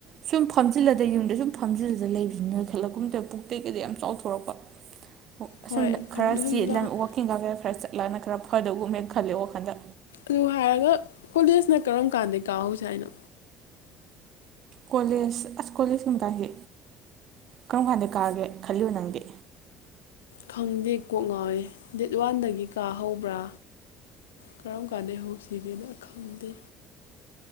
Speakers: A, on the right; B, on the left.
A: ꯁꯨꯝ ꯐꯝꯖꯤꯜꯂꯗ ꯌꯨꯝꯗ ꯁꯨꯝ ꯐꯝꯖꯤꯜꯂꯗ ꯂꯩꯕꯅꯤꯅ ꯈꯜꯂꯛꯀꯨꯝꯗ ꯄꯨꯛ ꯇꯩ ꯀꯩꯗꯩ ꯌꯥꯝ ꯆꯥꯎꯊꯣꯔꯛꯄ <inaudible> ꯑꯣ ꯑꯁꯨꯝ
B: ꯍꯣꯏ ꯄꯨꯛꯅ
A: ꯈꯔ ꯆ
B: ꯁꯨꯝ ꯆꯥꯎꯈꯠ
A: ꯋꯥꯛꯀꯤꯡꯒ ꯀꯩꯔ ꯈꯔ ꯆꯠꯂꯒꯅ ꯈꯔ ꯐꯗꯕꯒꯨꯝ ꯍꯦꯛ ꯈꯜꯂꯦ ꯋꯥꯈꯟꯗ
B: ꯑꯗꯨ ꯍꯥꯏꯔꯒ ꯀꯣꯂꯦꯖꯅ ꯀꯔꯝ ꯀꯥꯟꯗꯩ ꯀꯥꯍꯧꯁꯦ ꯍꯥꯏꯅꯣ
A: ꯀꯣꯂꯦꯖ ꯑꯁ ꯀꯣꯂꯦꯖ ꯀꯨꯝ ꯃꯇꯥꯁꯤ ꯀꯔꯝ ꯀꯥꯟꯗ ꯀꯥꯒꯦ ꯈꯜꯂꯤꯕ ꯅꯪꯗꯤ
B: ꯈꯪꯗꯦ ꯀꯣꯛ ꯉꯥꯎꯋꯤ ꯗꯦꯠ ꯋꯥꯟꯗꯒꯤ ꯀꯥ ꯍꯧꯕ꯭ꯔꯥ ꯀꯔꯝ ꯀꯥꯟꯗꯩ ꯍꯧꯁꯤꯒꯦꯅ ꯈꯪꯗꯦ